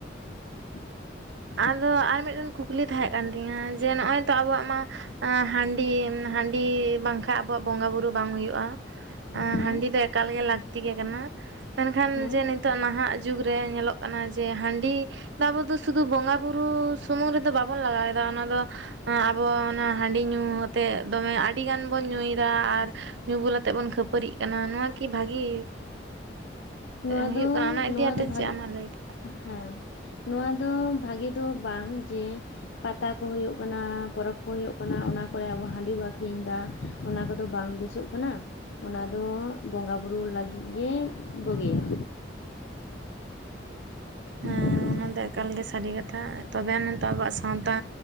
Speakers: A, on the left; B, on the right.
A: <inaudible>
B: ᱟᱫᱚ ᱟᱨ ᱢᱤᱫᱴᱮᱱ ᱠᱩᱠᱞᱤ ᱛᱟᱦᱮᱸᱡ ᱠᱟᱱ ᱛᱤᱧᱟᱹ ᱡᱮ ᱱᱚᱜ-ᱚᱭ ᱛᱚ ᱟᱵᱚᱣᱟᱜ ᱢᱟ ᱟ ᱦᱟᱺᱰᱤ ᱦᱟᱺᱰᱤ ᱵᱟᱝᱠᱷᱟᱱ ᱟᱵᱚᱣᱟᱜ ᱵᱚᱸᱜᱟ ᱵᱩᱨᱩ ᱵᱟᱝ ᱦᱩᱭᱩᱜ-ᱟ ᱟ
A: ᱦᱮᱸ
B: ᱦᱟᱺᱰᱤ ᱫᱚ ᱮᱠᱟᱞᱜᱮ ᱞᱟᱹᱠᱛᱤ ᱜᱮ ᱠᱟᱱᱟ, ᱢᱮᱱᱠᱷᱟᱱ
A: ᱦᱮᱸ
B: ᱡᱮ ᱱᱤᱛᱚᱜ ᱱᱟᱦᱟᱜ ᱡᱩᱜ ᱨᱮ ᱧᱮᱞᱚᱜ ᱠᱟᱱᱟ ᱡᱮ ᱦᱟᱺᱰᱤ ᱫᱟᱵᱩ ᱫᱩ ᱥᱩᱫᱩ ᱵᱚᱸᱜᱟ ᱵᱩᱨᱩ ᱥᱩᱢᱩᱝ ᱨᱮᱫᱚ ᱵᱟᱵᱚᱱ ᱞᱟᱜᱟᱭᱮᱫᱟ ᱚᱱᱟ ᱫᱚ ᱟ ᱟᱵᱚ ᱚᱱᱟ ᱦᱟᱺᱰᱤ ᱧᱩ ᱠᱟᱛᱮ ᱫᱚᱢᱮ ᱟᱹᱰᱤᱜᱟᱱ ᱵᱚᱱ ᱧᱩᱭᱮᱫᱟ ᱟᱨ ᱧᱩ ᱵᱩᱞ ᱟᱛᱮᱜ ᱵᱚᱱ ᱠᱷᱟᱹᱯᱟᱹᱨᱤᱜ ᱠᱟᱱᱟ ᱱᱚᱣᱟ ᱠᱤ ᱵᱷᱟᱜᱤ
A: ᱱᱚᱣᱟ
B: ᱦᱩᱭᱩᱜ
A: ᱫᱚ
B: ᱠᱟᱱᱟ ᱚᱱᱟ ᱤᱫᱤᱟᱛᱮ
A: ᱱᱚᱣᱟ ᱫᱚ ᱵᱷᱟᱜᱤ
B: ᱪᱮᱫ ᱟᱢᱟᱜ ᱞᱟᱹᱭᱫᱚ
A: ᱦᱮᱸ ᱱᱚᱣᱟ ᱫᱚ ᱵᱷᱟᱜᱮ ᱫᱚ ᱵᱟᱝ ᱡᱮ ᱯᱟᱛᱟ ᱠᱚ ᱦᱩᱭᱩᱜ ᱠᱟᱱᱟ ᱯᱚᱨᱚᱵᱽ ᱠᱚ ᱦᱩᱭᱩᱜ ᱠᱟᱱᱟ ᱚᱱᱟ ᱠᱚᱨᱮᱜ ᱟᱵᱚ ᱦᱟᱺᱰᱤ ᱵᱚ ᱟᱹᱷᱨᱤᱧ ᱮᱟ ᱚᱱᱟ ᱠᱚᱫᱚ ᱵᱟᱝ ᱵᱮᱥᱚᱜ ᱠᱟᱱᱟ ᱚᱱᱟ ᱫᱚ ᱵᱚᱸᱜᱟ ᱵᱩᱨᱩ ᱞᱟᱹᱜᱤᱫ ᱜᱮ ᱵᱩᱜᱤᱭᱟ ᱦ
B: ᱦᱮᱸ
A: <inaudible>
B: ᱚᱱᱟ ᱫᱚ ᱮᱠᱟᱞ ᱜᱮ ᱥᱟᱹᱨᱤ ᱠᱟᱛᱷᱟ ᱛᱚᱵᱮ ᱱᱤᱛᱚᱜ ᱟᱵᱚᱣᱟᱜ ᱥᱟᱶᱛᱟ